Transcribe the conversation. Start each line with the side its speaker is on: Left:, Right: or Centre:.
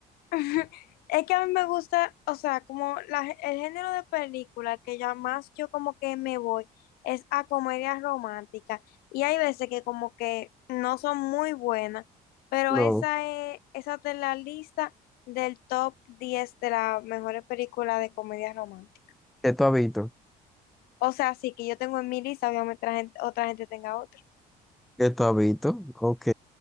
Left: <laughs> Es que a mí me gusta, o sea, como la el género de película que ya más yo como que me voy es a comedias románticas. Y hay veces que como que no son muy buenas, pero
Centre: No,
Left: esa es, esa está en la lista del top 10 de las mejores películas de comedias románticas.
Centre: que tú has visto?
Left: O sea, sí que yo tengo en mi lista, obviamente la gente- otra gente tenga otra.
Centre: que tú has visto. Ok.